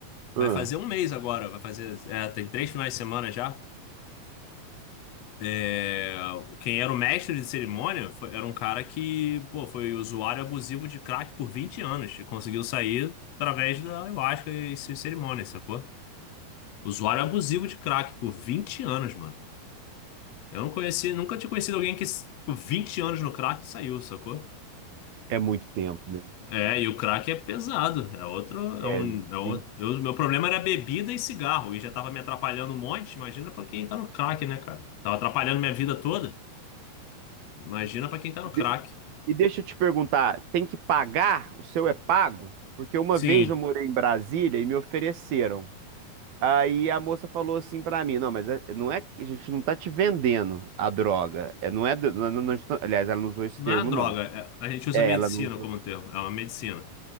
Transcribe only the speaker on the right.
Ah,
é muito tempo, né?
É 20.
é. E deixa eu te perguntar, tem que pagar? O seu é pago? Porque uma
vez eu morei em Brasília e me ofereceram. Aí a moça falou assim pra mim, não, mas é- não é que a gente não tá te vendendo a droga. É, não é, do- não, é, não- não- aliás, ela não usou esse
termo,
não.
É,
ela não.